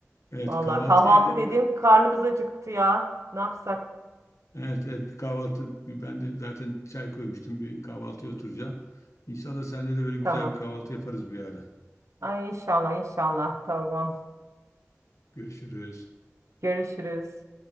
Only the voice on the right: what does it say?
Vallahi
kahvaltı
dediğim karnımız acıktı ya. Ne yapsak?
Tamam.
Ay inşallah inşallah. Tamam.
Görüşürüz.